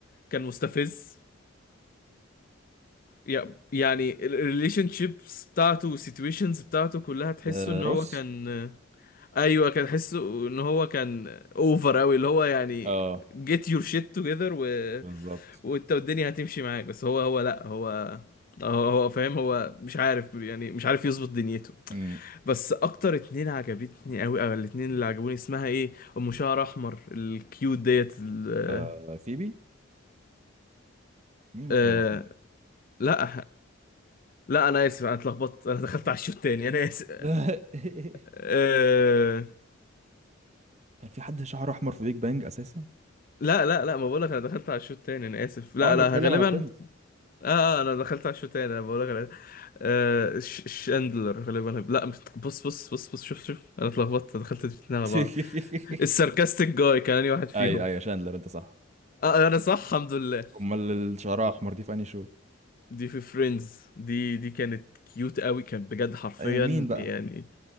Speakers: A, on the left; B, on the right.
A: كان مستفز يع- يعني الريليشن شيبس بتاعته والسيتويشنز بتاعته كلها تحسه
B: آه
A: ان
B: روس
A: هو كان ايوه كان حسه ان هو كان اوفر قوي اللي هو يعني
B: اه
A: get your shit together و...
B: بالظبط
A: وانت والدنيا هتمشي معاك بس هو هو لا هو هو هو فاهم هو مش عارف يعني مش عارف يظبط دنيته
B: امم
A: بس اكتر اتنين عجبتني قوي او الاتنين اللي عجبوني اسمها ايه ام شعر احمر الكيوت ديت ال...
B: آه فيبي مين مش
A: آه...
B: شعر احمر
A: لا لا انا اسف انا اتلخبطت انا دخلت على الشوط تاني انا اسف
B: <laughs>
A: آه...
B: كان في حد شعره احمر في بيج بانج اساسا
A: لا لا لا ما بقولك انا دخلت على الشوط تاني انا اسف لا
B: او انا
A: لا
B: بتكلم
A: غالبا
B: على فريندز
A: اه انا دخلت على الشوط تاني انا بقول لك على- آه ش- شاندلر غالبا لا بت- بص بص بص بص شوف شوف انا اتلخبطت دخلت الاتنين على
B: <laughs>
A: بعض الساركاستيك جاي كان أنهي واحد فيهم
B: ايوه ايوه شاندلر انت صح
A: اه انا صح الحمد لله
B: امال اللي شعرها احمر دي في انهي شو
A: دي في فريندز دي دي كانت كيوت قوي كانت بجد حرفيا
B: ايوه مين بقى
A: يعني